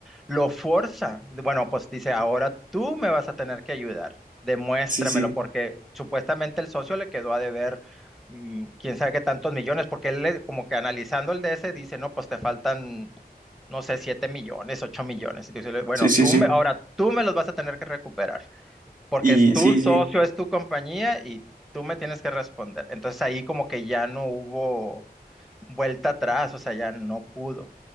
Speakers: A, in the centre; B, on the right.
A: Lo forza. Bueno, pues dice, ahora tú me vas a tener que ayudar. Demuéstramelo,
B: Sí, sí,
A: porque supuestamente el socio le quedó a deber mm, quién sabe qué tantos millones, porque él le- como que analizando el DS dice, no, pues te faltan, no sé, siete millones, ocho millones. Y dice, bueno,
B: sí, sí,
A: tú
B: sí.
A: me, ahora tú me los vas a tener que recuperar, porque
B: Y
A: es tu
B: sí,
A: socio,
B: sí.
A: es tu compañía y tú me tienes que responder. Entonces ahí como que ya no hubo vuelta atrás, o sea, ya no pudo.